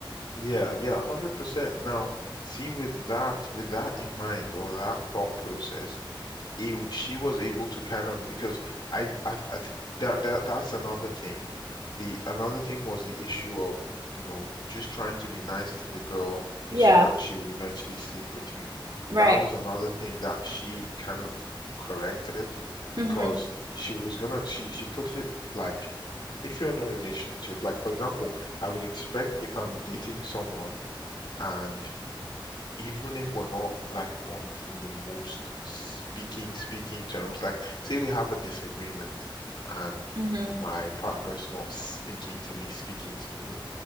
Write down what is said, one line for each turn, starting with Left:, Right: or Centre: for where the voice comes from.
Left: yeah, yeah. Hundred percent. Now, see, with that, with that in mind, or that thought process, it, she was able to kind of because I I, I th that that that's another thing. The another thing was the issue of, you know, just trying to be nice to the girl
Right: Yeah.
Left: so that she would eventually sleep with you.
Right: Right.
Left: That was another thing that she kind of corrected because
Right: hmm
Left: she was gonna she she put it like if you're in a relationship, like for example, I would expect if I'm dating someone and even if we're not like on the, in the most speaking speaking terms like say we have a disagreement and
Right: hmm
Left: my partner's not speaking to me speaking to me